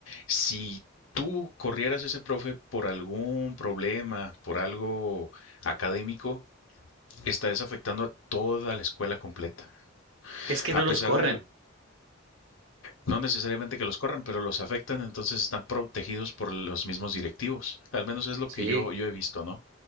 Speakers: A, on the left; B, on the right.
A: si tú corrieras a ese profe por algún problema, por algo académico, estarías afectando a toda la escuela completa.
B: Es que
A: A
B: no
A: pesar
B: los corren.
A: de, lo- no necesariamente que los corran, pero los afectan, entonces están protegidos por los mismos directivos. Al menos es lo
B: Sí,
A: que yo, yo he visto, ¿no?